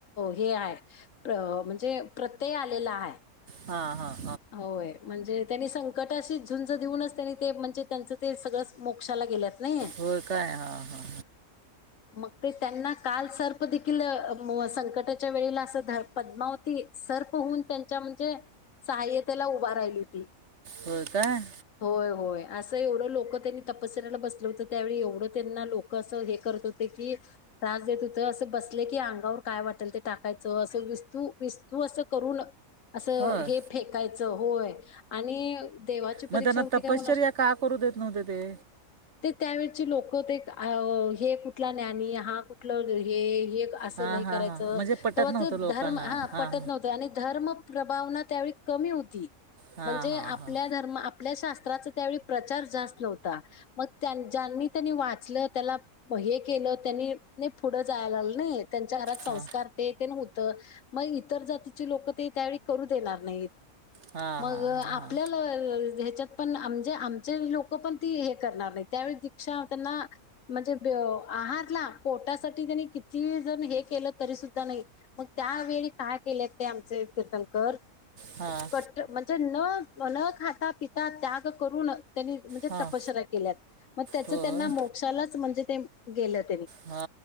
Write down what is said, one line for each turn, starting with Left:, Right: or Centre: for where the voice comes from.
Left: हे आहे. म्हणजे प्रत्यय आलेला आहे.
Right: हा. हा.
Left: होय म्हणजे. त्यांनी संकट अशी. झुंज देऊनच त्यांनी ते म्हणजे त्यांचं ते सगळंच मोक्षाला गेल्यात. नाही
Right: हो काय हा. हा. हा.
Left: मग ते त्यांना काल सर्प देखील संकटाच्या वेळेला अस पद्मावती. सर्प होउन त्यांच्या म्हणजे. सहायतेला उभ राहिली होती.
Right: हो काय.
Left: होय, होय. असं एवढं लोक त्यांनी तपसर्याला बसलं होतं. त्यावेळी एवढं त्यांना लोक असं हे करत होते की. त्रास देत होत. असं बसले की अंगावर काय वाटेल ते टाकायचं. असं विस्तू-विस्तू असं करून. असं
Right: होय
Left: हे फेकायचं होय आणि देवाची परीक्षा
Right: मग त्यांना
Left: होती
Right: तपश्चर्या
Left: काय कुणास ठाऊक.
Right: का करू देत नव्हते ते
Left: ते त्यावेळची लोक. हे कुठला ज्ञानी. हा कुठला. हे. हे. अस
Right: हां
Left: नाही
Right: हां
Left: करायच.
Right: हां म्हणजे पटत
Left: तेव्हा
Right: नव्हतं
Left: ते
Right: लोकांना
Left: धर्म हा
Right: हां
Left: पटत नव्हत. आणि धर्म प्रबावना त्यावेळी कमी होती.
Right: हां
Left: म्हणजे
Right: हां
Left: आपल्या
Right: हां
Left: धर्मात. शास्त्रात. त्यावेळीला प्रचार जास्त नव्हता. मग त्या- ज्यांनी त्यांनी वाद. वाच त्याला हे केलं. त्यांनी नाही पुढं जायला लागल नई. त्यांच्या घरात संस्कार
Right: हां
Left: ते तेन होत. मग इतर जातीचे लोक ते त्यावेळी करू देणार नाहीत.
Right: हां
Left: मग
Right: हां
Left: आपल्याला
Right: हां हां
Left: ह्याच्यात. पण आमचे लोक पण ते हे करणार नाहीत. त्यावे दक्षा त्यांना म्हणजे. हा पोटासाठी त्यांनी किती जण हे केलं तरी सुद्धा नाही. मग त्यावेळी काय केल. आमचे कीर्तनकर.
Right: हां हां
Left: कट्ट म्हणजे न न खाता पिता त्याग करून त्यांनी म्हणजे
Right: हां
Left: तपशचर्या केल्यात, मग त्याचं
Right: होय
Left: त्यांना मोक्षालाच म्हणजे ते गेलंत.
Right: हा